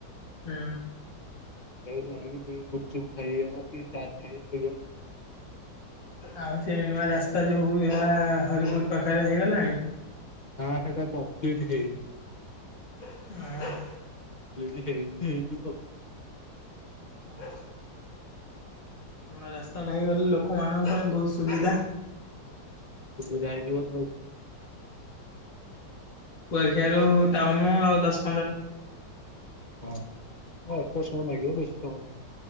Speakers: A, on the left (about 80°); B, on the left (about 40°).
A: ହୁଁ।
B: ସେଇଠି ଯାଇଁକି ଟିକେଗୁପଚୁପ୍ ଖାଇବା କି ଚାଟ୍ ଖାଇବା ଏଇଆ ଆଉ।
A: ଆଉ ସେ ନୂଆ ରାସ୍ତା ଯୋଉ <unintelligible> ହରିପୁର ପାଖରେ ହେଇଗଲାଣି।
B: ନା ହେଟା କମ୍ପ୍ଲିଟ ହେଇନି।
A: <inaudible>
B: <inaudible> ହେଇନି ଯେ ହେଇଯିବ ଆଉ।
A: <inaudible> ନୂଆ ରାସ୍ତାଟା ହେଇଗଲେ ଲୋକମାନଙ୍କ ପାଇଁ ବୋହୁତ ସୁବିଧା।
B: ହଁ ସୁବିଧା ହେଇଥିବ ଆଉ।
A: କୁଆଖିଆରୁ ଟାଉନ ଆଉ ଦସ
B: ହଁ ହଁ ଅଳ୍ପ ସମୟ ଲାଗିବ ବେଶି ସମୟ ଲାଗିବନି।